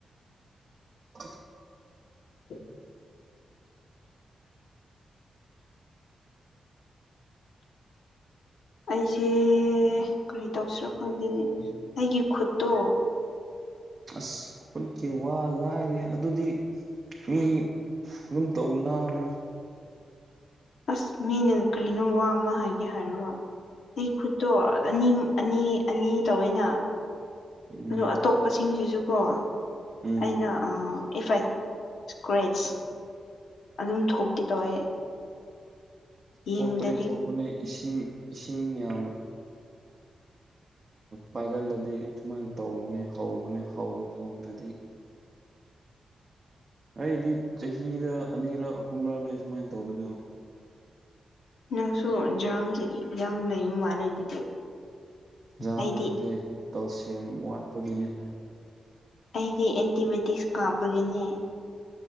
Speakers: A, on the right (about 30°); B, on the left (about 80°).
A: ꯑ
B: ꯎ ꯑꯩꯁꯦ ꯀꯔꯤ ꯇꯧꯁꯤꯔꯥ ꯈꯪꯘꯦꯅꯦ ꯑꯩꯒꯤ ꯈꯨꯠꯇꯣ
A: ꯑꯁ ꯈꯨꯠꯀꯤ ꯋꯥ ꯂꯥꯏꯔꯤ ꯑꯗꯨꯗꯤ ꯃꯤ ꯑꯗꯨꯝ ꯇꯧꯅꯥꯕꯅꯤ
B: ꯑꯁ ꯃꯤꯅ ꯀ꯭ꯔꯤꯅꯣ ꯋꯥ ꯑꯃ ꯍꯥꯏꯒꯦ ꯍꯥꯏꯔꯒ ꯑꯩ ꯈꯨꯠꯇꯣ ꯑꯅꯤ ꯑꯅꯤ ꯑꯅꯤ ꯇꯧꯋꯦꯅꯥ
A: ꯎꯝ
B: ꯑꯗꯣ ꯑꯇꯣꯞꯄꯁꯤꯡꯁꯤꯁꯨꯀꯣ
A: ꯎꯝ
B: ꯑꯩꯅ ꯑ ꯏ꯭ꯐ ꯐꯥꯏ ꯏꯁꯀ꯭ꯔꯦꯠꯁ ꯑꯗꯨꯝ ꯊꯣꯛꯀꯦ ꯇꯧꯋꯦ ꯌꯦꯡꯕꯗꯗꯤ
A: ꯊꯣꯛꯄꯅꯦ ꯊꯣꯛꯄꯅꯦ ꯏꯁꯤꯡ ꯏꯁꯤꯡ ꯌꯥꯝ ꯄꯥꯏꯒꯜꯂꯗꯤ ꯁꯨꯃꯥꯏꯅ ꯇꯧꯕꯅꯦ ꯍꯧꯕꯅꯦ ꯍꯧꯕꯨ ꯍꯧꯈ꯭ꯔꯗꯤ ꯑꯩꯗꯤ ꯆꯍꯤꯗ ꯑꯅꯤꯔꯛ ꯑꯍꯨꯝꯂꯛꯅꯦ ꯁꯨꯃꯥꯏꯅ ꯇꯧꯕꯗꯣ
B: ꯅꯪꯁꯨ ꯖꯥꯝꯁ ꯌꯥꯝ ꯂꯩꯕ ꯃꯥꯜꯂꯦ ꯑꯗꯨꯗꯤ
A: ꯌꯥꯝ
B: ꯑꯩꯗꯤ
A: ꯅꯠꯇꯦ ꯀꯜꯁꯤꯌꯝ ꯋꯥꯠꯄꯒꯤꯅꯤ ꯍꯥꯏ
B: ꯑꯩꯗꯤ ꯑꯦꯟꯇꯤꯕꯥꯌꯣꯇꯤꯛꯁ ꯀꯥꯞꯄꯒꯤꯅꯦ